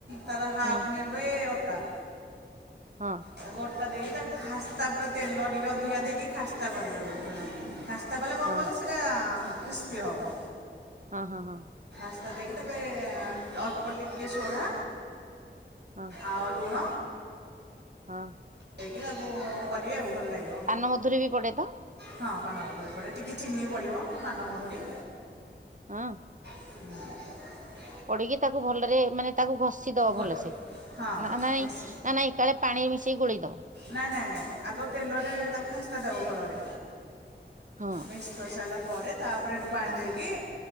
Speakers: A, on the right; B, on the right.
A: ତାର ହାପ୍
B: ହଁ
A: ନେବେ ଅଟା।
B: ହଁ।
A: ତାକୁ ଅଟା ଦେଇକି ତାକୁ ଖାସ୍ତା ପୁରା ତେଲ ଟିକେ ଅଧିକା ଦେଇକି ଖାସ୍ତା କରିବେ ଖା ତା କଲେ କଣ
B: ହଁ
A: କଲେ ସେଇଟା କ୍ରିସ୍ପି ହବ।
B: ହଁ ହଁ ହଁ।
A: ଦେଇକି ତେବେ ଅଳ୍ପ ଟିକେ ସୋଢା
B: ହଁ
A: ଆଉ ଲୁଣ
B: ହଁ।
A: ଦେଇ କି ତାକୁ କରିବେ ଆଉ। ଭଲ ଲାଗିବ
B: ପାନ ମଧୁରୀ ବି ପଡେ ତ?
A: ହଁ ପାନମଧୁରୀ ପଡ଼େ ଟିକେ ଚିନି ପଡ଼ିବ ପାନମଧୁରୀ।
B: ହଁ।
A: ହୁଁ।
B: ପଡିକି ତାକୁ ଭଲରେ ମାନେ ତାକୁ ଘଷି ଦବ
A: ଗୋଳ
B: ଭଲ ସେ
A: ହଁ
B: ନା ନାଇଁ
A: ବସ୍
B: ନା ନାଇଁ କାଳେ ପାଣି ମିଶେଇକି ଗୋଳେଇ ଦବ।
A: ନାଇଁ ନାଇଁ ନାଇଁ ଆଗ ତେଲରେ ତାକୁ ଖାସ୍ତା ଦେବ ଭଲରେ।
B: ହଁ।
A: ମିସ୍କି କରିସାରିଲା ପରେ ତାପରେ ସେଠୁ ପାଣି ଦେଇକି